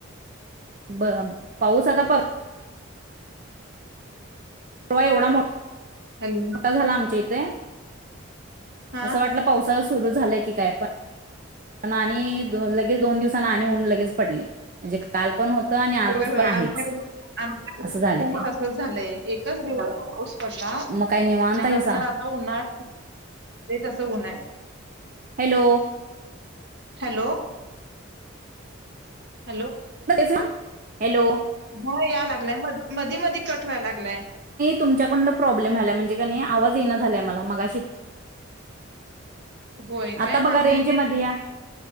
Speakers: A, on the right; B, on the right.
A: बर पाऊस आता पर वाय उडम
B: हॅलो
A: मोठा झाला आमच्या इथ ते
B: हा
A: असं वाटलं पावसा सुरू झालंय की काय पण आणि लगेच दोन दिवसांना आणि लगेच उन पडले म्हणजे काल पण होतं आणि आज
B: होय होय
A: पण आहेच
B: आमच्याक
A: असं झालंय
B: आम तसच झालंय एकच दिवसा पाऊस पडला त्याच्यानंतर
A: मग काय निवांत हायसा
B: आता उन्हाळ तस उन्हाळ
A: हॅलो
B: हॅलो हॅलो
A: सवा हॅलो
B: ह या लागलाय म मधी मधी कठवाय लागलाय.
A: तुमच्याकडं प्रॉब्लेम झालाय म्हणजे आज ये झाला मगग
B: होय का
A: आता बघा
B: ह म्हणजे
A: रेंज मध्ये या